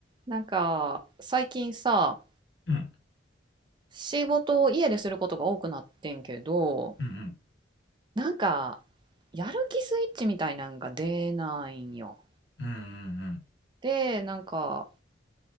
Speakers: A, on the right; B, on the left.
A: なんか、最近さ、
B: うん、
A: 仕事を家ですることが多くなってんけど、
B: うん、
A: なんか、やる気スイッチみたいなんが出ないんよ。
B: うん、うん、
A: で、なんか、